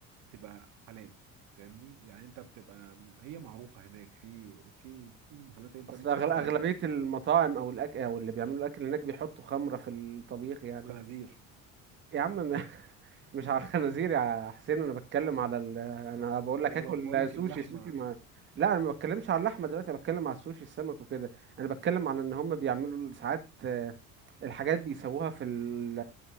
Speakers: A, on the right; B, on the right.
A: تبقى حلال فاهمني يعني انت بتبقى هي معروفه هناك في في في محلات انت
B: اصل
A: ممكن
B: أغل...
A: تسال
B: اغلبيه
A: عليها
B: المطاعم او الاكل او اللي بيعملوا الاكل هناك بيحطوا خمره في الطبيخ يعني
A: خنازير
B: يا عم م- <laughs> مش على الخنازير يا حسين انا بتكلم على ال... انا بقول لك
A: لا
B: اكل
A: بقول لك
B: سوشي
A: اللحمه
B: سوشي ما لا انا ما بتكلمش على اللحمه دلوقتي انا بتكلم على السوشي السمك وكده انا بتكلم عن ان هم بيعملوا ساعات آه، الحاجات بيسووها في ال...